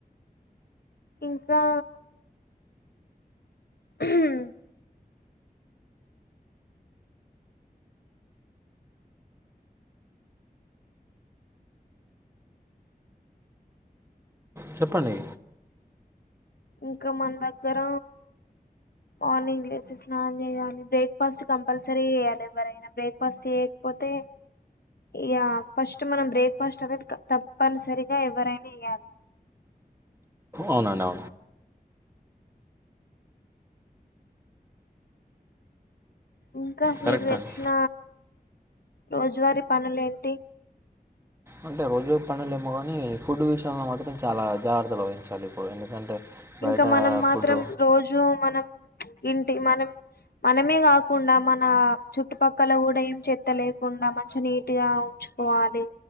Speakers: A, on the left (about 85°); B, on the right (about 15°).
A: ఇంకా హ్మ్
B: చెప్పండి
A: ఇంకా మన దగ్గర మార్నింగ్ లేసి స్నాన్ చేయాలి బ్రేక్ఫాస్ట్ కంపల్సరీ చేయాలి ఎవరైనా బ్రేక్ఫాస్ట్ చేయకపోతే ఇ ఫస్ట్ మనం బ్రేక్ఫాస్ట్ అనేది తప్పనిసరిగా ఎవరైనా వయాలి
B: అవునువను
A: ఇంకా
B: కరెక్ట్
A: మీకు తెచ్చిన
B: అండి
A: రోజువారీ పనులేంటి
B: అంటే రోజు పనులు ఏమో కానీ ఫుడ్ విషయంలో మాత్రం చాలా జాగ్రత్తలు వహిం చాలి ఇప్పుడు ఎందుకంటే బయట
A: ఇంకా మనం మాత్రం
B: ఫుడ్
A: రోజు మనం ఇంటి మనం మనమే గాకుండా మన చుట్టుపక్కల గూడా ఏం చెత్త లేకుండా మంచి నీట్ గా ఉంచుకోవాలి